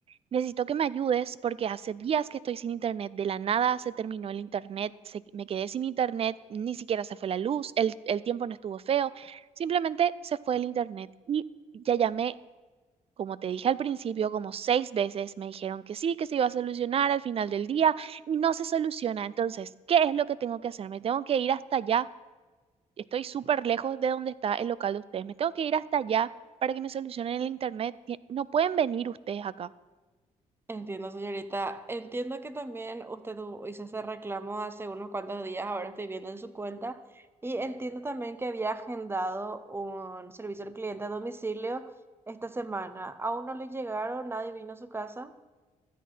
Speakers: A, on the right; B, on the right.
A: Necesito que me ayudes porque hace días que estoy sin internet, de la nada se terminó el internet, se- me quedé sin internet, ni siquiera se fue la luz, el, el tiempo no estuvo feo, simplemente se fue el internet y ya llamé como te dije al principio, como seis veces me dijeron que sí, que se iba a solucionar al final del día y no se soluciona. Entonces, ¿qué es lo que tengo que hacer? Me tengo que ir hasta allá. Estoy súper lejos de donde está el local de ustedes. Me tengo que ir hasta allá para que me solucionen el internet. Tie- No pueden venir ustedes acá.
B: Entiendo, señorita. Entiendo que también usted tuvo- hizo ese reclamo hace unos cuantos días, ahora estoy viendo en su cuenta, y entiendo también que había agendado un servicio al cliente a domicilio esta semana. Aún no le llegaron, nadie vino a su casa.